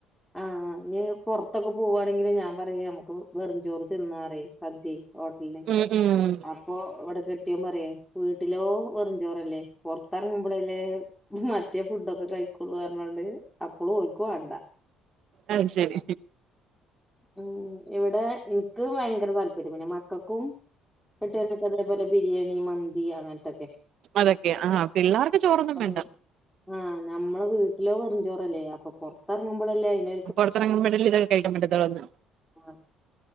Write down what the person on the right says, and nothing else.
ഉം ഉം
അത് ശരി
അതൊക്കെ ആഹ് പിള്ളേർക്ക് ചോറൊന്നും വേണ്ട
പുറത്തിറങ്‌ബോൾ അലെ ഇതൊക്കെ കഴിക്കാൻ പറ്റതുള്ളു എന്ന്